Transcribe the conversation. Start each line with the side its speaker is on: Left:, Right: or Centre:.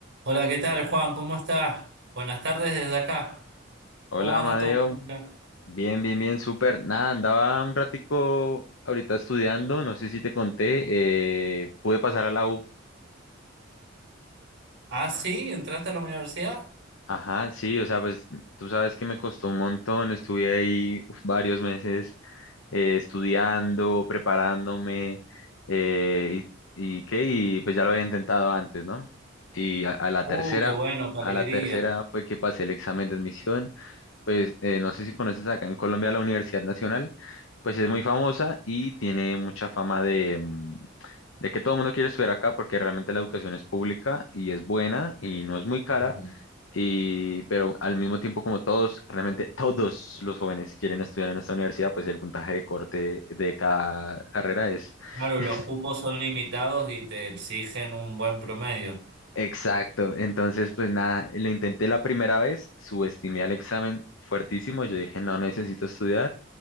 Right: Hola, ¿qué tal, Juan? ¿Cómo estás? Buenas tardes desde acá.
Left: Hola,
Right: ¿Cómo anda
Left: Amadeo.
Right: todo por acá?
Left: Bien, bien, bien, súper. Nada, andaba un ratico ahorita estudiando, no sé si te conté, eh, pude pasar a la U.
Right: Ah, sí, ¿entraste a la universidad?
Left: Ajá, sí, o sea, pues tú sabes que me costó un montón, estuve ahí uf, varios meses eh, estudiando, preparándome, eh, y, y qué, y pues ya lo había intentado antes, ¿no? Y a, a la
Right: Uh,
Left: tercera,
Right: qué bueno, qué
Left: a
Right: alegría.
Left: la tercera fue que pasé el examen de admisión pues eh, no sé si conoces acá en Colombia la Universidad Nacional, pues es muy famosa y tiene mucha fama de, mm, de que todo el mundo quiere estudiar acá porque realmente la educación es pública y es buena y no es muy cara,
Right: Es Bueno,
Left: y, pero al mismo tiempo como todos, realmente todos los jóvenes quieren estudiar en esta universidad, pues el puntaje de corte de cada carrera es...
Right: claro,
Left: <laughs>
Right: los cupos son limitados y te exigen un buen promedio.
Left: Exacto, entonces pues nada, lo intenté la primera vez, subestimé al examen fuertísimo, yo dije no necesito estudiar